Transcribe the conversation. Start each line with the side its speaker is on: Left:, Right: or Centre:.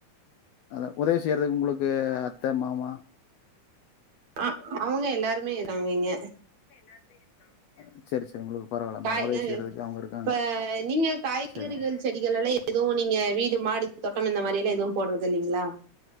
Left: அதா உதவி செய்யறதுக்கு உங்களுக்கு அத்த மாமா
Right: அ அவங்க எல்லாருமே இருங்காங்க இங்க
Left: <unintelligible> செரி செரி உங்களுக்கு பரவால்ல
Right: காய்
Left: மேடம் உதவி
Right: கள்
Left: செய்யறதுக்கு
Right: இப்ப
Left: அவங்க இருக்காங்க
Right: நீங்க காய்கறிகள்
Left: செரிங்க
Right: செடிகள் எல்லா எதுவு நீங்க வீடு மாடி தோட்டம் இந்த மாரி எல்லா எதுவு போடுறது இல்லீங்களா